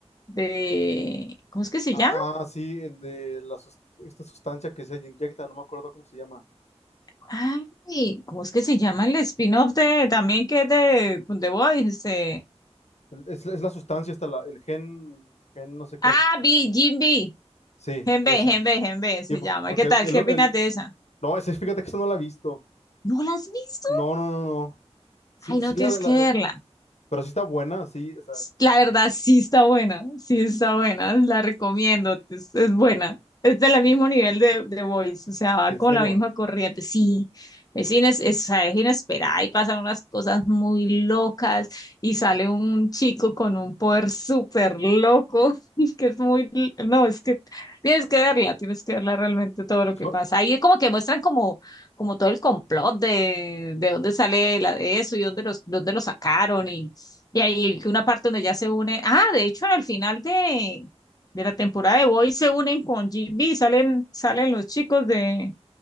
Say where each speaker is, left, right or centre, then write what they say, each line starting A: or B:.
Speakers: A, on the left (about 35°); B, on the left (about 75°).
A: de. ¿Cómo es que se
B: Ah,
A: llama?
B: ah, sí, el de la, sus- esta sustancia que se inyecta, no me acuerdo cómo se llama.
A: Ay, ¿cómo es que se llama el spin-off de también que es de The Voice? Este...
B: Em, es, es la sustancia, esta, la, el gen, gen no sé qué.
A: Ah, B, Jim B.
B: Sí,
A: Genbe,
B: esa.
A: Genbe, Genbe se
B: Sí, por-
A: llama.
B: porque,
A: ¿Qué tal?
B: el-
A: ¿Qué opinas
B: el-
A: de esa?
B: no, ese, fíjate que esa no la he visto.
A: ¿No la has visto?
B: No, no, no, no. Sí,
A: Ay, no
B: sí, la,
A: tienes que
B: la-
A: verla.
B: pero sí está buena, sí, o sea,
A: S- La verdad, sí está buena, sí está buena, la recomiendo, es, es buena. Es del mismo nivel de, de Voice, o sea, va
B: en
A: con
B: serio.
A: la misma corriente, sí. Es, ines, es, es inesperada y pasan unas cosas muy locas y sale un chico con un poder súper loco, <laughs> que es muy, no, es que tienes que verla, tienes que verla realmente todo lo
B: So-
A: que pasa. Ahí como que muestran como, como todo el complot de, de dónde sale la, eso y dónde los, dónde lo sacaron y y ahí una parte donde ya se une. Ah, de hecho, al final de, de la temporada de Boy se unen con GB, salen, salen los chicos de,